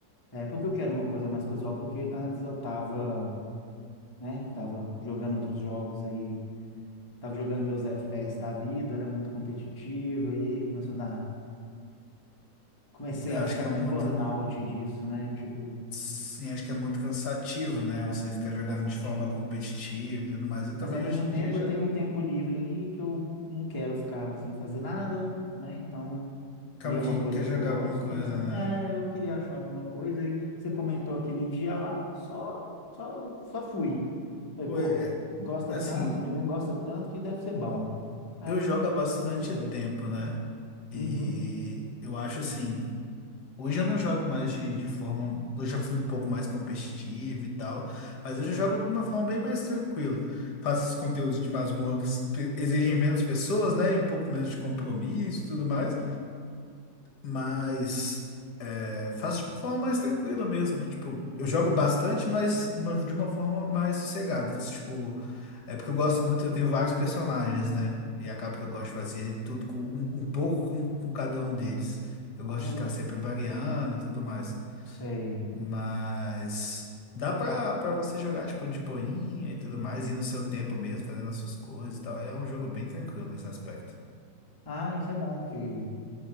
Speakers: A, on the left; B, on the left.
A: É porque eu quero uma coisa mais casual, porque antes eu tava, né, tava jogando outros jogos aí Tava jogando meus FPS da vida, era muito competitiva, e aí começou a dar. Comecei
B: Eu
A: a
B: acho
A: ficar
B: que é
A: com
B: muito,
A: burnout disso, né? Tipo,
B: sim, acho que é muito cansativo, né? Você
A: é muito
B: ficar jogando
A: cansativo.
B: de forma competitiva e tudo mais. Eu também
A: Mas ao mesmo
B: hoje
A: tempo
B: em dia já
A: eu tenho
B: não
A: um tempo livre ali que eu não quero ficar sem fazer nada, né? Então,
B: acaba
A: e é
B: que
A: uma coisa
B: quer jogar
A: que eu gosto,
B: alguma coisa,
A: né?
B: né?
A: É, eu queria achar alguma coisa e você comentou aquele dia lá, só só só fui. Falei,
B: Pô,
A: pô,
B: é-
A: gosta
B: é-
A: tanto,
B: assim,
A: o menino gosta tanto que deve ser bom. Aí
B: eu jogo
A: eu
B: há bastante
A: experimentei.
B: tempo, né? E
A: Uhum.
B: eu acho assim. Hoje eu não jogo mais de, de forma. Eu já fui um pouco mais competitivo e tal, mas hoje eu jogo de uma forma bem mais tranquila. Faço esses conteúdos de masmorra que pe- exigem menos pessoas, né? E um pouco menos de compromisso e tudo mais. Mas é, faço de uma forma mais tranquila mesmo. Tipo, eu jogo bastante, mas de uma de uma forma mais sossegada. Tipo, é porque eu gosto muito, eu tenho vários personagens, né? E acaba que eu gosto de fazer tudo com, um, um pouco com, com cada um deles. Eu
A: Ai,
B: gosto de estar sempre variando e tudo mais.
A: sei.
B: Mas dá pra, pra você jogar, tipo, de boinha e tudo mais, e no seu tempo mesmo, fazendo as suas coisas e tal. É um jogo bem tranquilo nesse aspecto.
A: Ah, isso é bom, porque